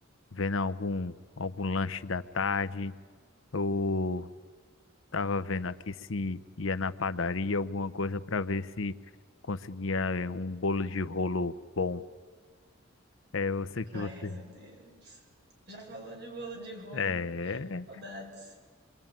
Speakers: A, on the left (about 80°); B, on the right (about 55°).
A: vendo algum, algum lanche da tarde. Eu tava vendo aqui se ia na padaria, alguma coisa para ver se conseguia eh, um bolo de rolo bom. É, eu sei que
B: Ai,
A: você.
B: meu Deus. Já falou de bolo de rolo,
A: É,
B: saudades.